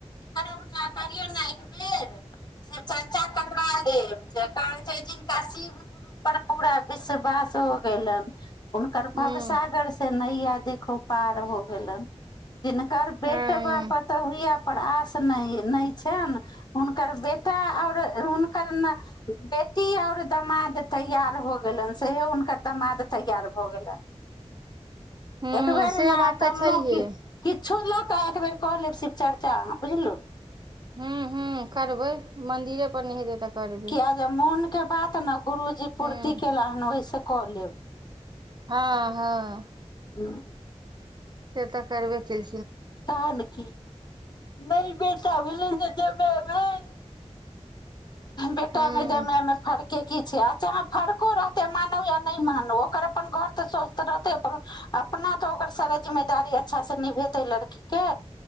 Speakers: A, on the left (about 40°); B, on the right (about 40°).
A: अपना करौ ने एकबेर से चर्चा करवा लेब जे कहै छै जिनका शिव गुरु पर पूरा विश्वास हो गेलन कोन करबाब
B: हूँ
A: साागर से नहि य देखो पार हो गेलनि जिनक बेट
B: हँ
A: ब पताऽ ही पर आश नहि नहि छनि हुनकर बेटा आओर हुनकर ने बेटी आओर दमाद तैयार भऽ गेलनि सेहो हुनकर दमाद तैयार भऽ गेलनि
B: ह
A: एक बेर
B: से
A: ने
B: बात
A: कमो
B: छहिये
A: कि किछो लऽ कऽ एकबेर कऽ लेब शिव चर्चा बुझलू
B: हू हू करबै मंदिरे पर नइ हेतै तऽ करबै
A: किया जे मोन के बात न गुरुजी पूर्ति
B: हूँ
A: केला हन ओहिसँ क लेब
B: हँ हँ
A: हू
B: से तऽ करबे केल
A: तहन की नहि बेटा भेल नइ जमेय भेल बेटा
B: हूँ
A: मे जमेय मेे फर्क के की छै अच्छा अहाँ फरको रहतै मानू या नहि मानू ओकर अपन घर तऽ स्वस्थ रहतै अपन अपना तऽ ओकर सारा जिम्मेदारी अच्छा से निभेतै लड़की के